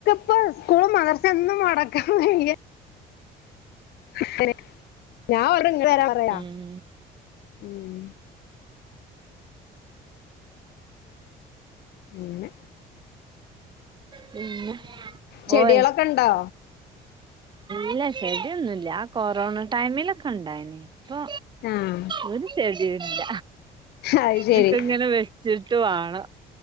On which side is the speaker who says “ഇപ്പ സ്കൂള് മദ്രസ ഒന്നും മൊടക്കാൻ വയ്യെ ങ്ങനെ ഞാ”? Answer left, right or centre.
Left